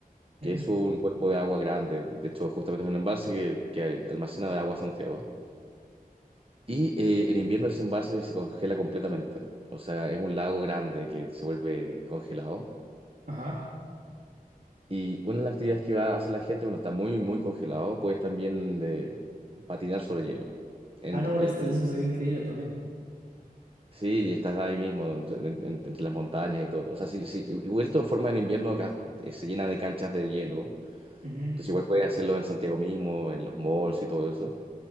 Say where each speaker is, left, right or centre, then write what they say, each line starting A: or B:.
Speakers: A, on the right (about 35°); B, on the right (about 65°).
A: que
B: Ujú.
A: es un cuerpo de agua grande, de hecho justamente es un embalse que, que almacena de agua Santiago. Y eh, en invierno ese embalse se congela completamente, o sea, es un lago grande que se vuelve congelado.
B: Ajá.
A: Y una de las actividades que va a hacer la gente cuando está muy, muy congelado, puedes también eh, patinar sobre hielo. En,
B: Ah, no molestes,
A: en- en-
B: eso sería increíble también.
A: sí, y estás ahí mismo, entre, en- en- entre las montañas y todo. O sea, sí, sí, igual de todas formas en invierno acá, eh, se llena de canchas de hielo.
B: Ujú.
A: Entonces igual puedes hacerlo en Santiago mismo, en los malls y todo eso.